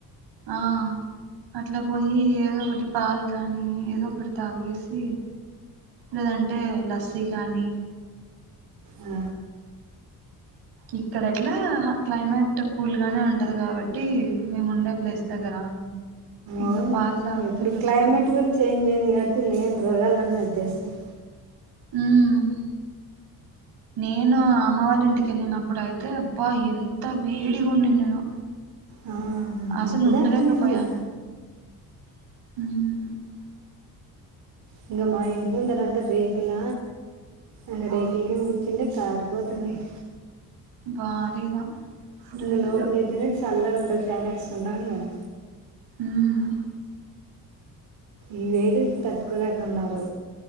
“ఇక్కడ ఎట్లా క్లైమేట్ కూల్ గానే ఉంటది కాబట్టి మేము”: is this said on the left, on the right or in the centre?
Right